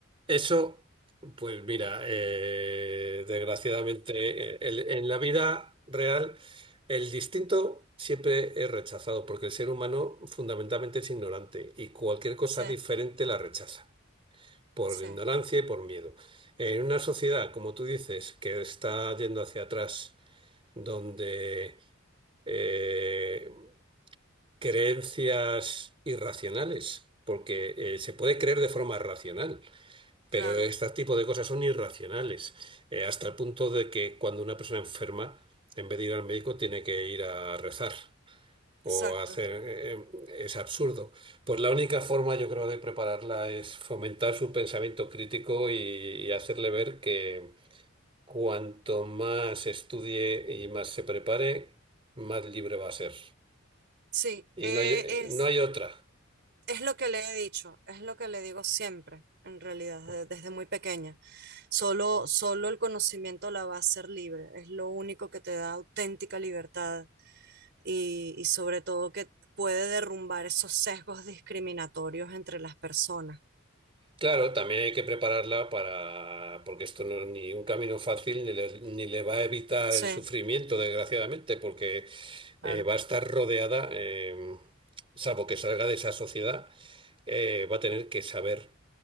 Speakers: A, on the right; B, on the right.
A: eso, pues mira, eh, desgraciadamente eh, el- en la vida real el distinto siempre es rechazado porque el ser humano fundamentalmente es ignorante y cualquier cosa
B: Sí,
A: diferente la rechaza por
B: sí,
A: ignorancia y por miedo. En una sociedad, como tú dices, que está yendo hacia atrás, donde eh, creencias irracionales, porque eh, se puede creer de forma racional, pero
B: claro,
A: este tipo de cosas son irracionales, eh, hasta el punto de que cuando una persona enferma, en vez de ir al médico, tiene que ir a rezar
B: exacto.
A: o hacer eh, eh, es absurdo. Pues la única forma, yo creo, de prepararla es fomentar su pensamiento crítico y, y hacerle ver que cuanto más estudie y más se prepare, más libre va a ser.
B: Sí,
A: Y
B: eh,
A: no hay, eh,
B: es.
A: no hay otra.
B: Es lo que le he dicho, es lo que le digo siempre, en realidad, de- desde muy pequeña. Solo, solo el conocimiento la va a hacer libre, es lo único que te da auténtica libertad y, y sobre todo que puede derrumbar esos sesgos discriminatorios entre las personas.
A: Claro, también hay que prepararla para, porque esto no es ni un camino fácil, ni le, ni le va a evitar
B: Sí,
A: el sufrimiento, desgraciadamente, porque
B: claro,
A: eh, va a estar rodeada, eh, salvo que salga de esa sociedad, eh, va a tener que saber